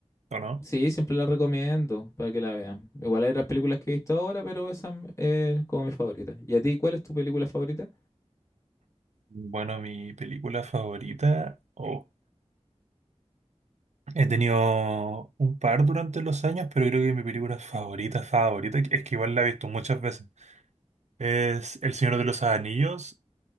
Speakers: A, on the right; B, on the left.
A: ¿O no?
B: Sí, siempre la recomiendo para que la vean. Igual hay otras películas que he visto ahora, pero esa m- es como mi favorita. ¿Y a ti cuál es tu película favorita?
A: Bueno, mi película favorita. oh, He tenido un par durante los años, pero creo que mi película favorita, favorita, es que igual la he visto muchas veces. Es El Señor de los Anillos,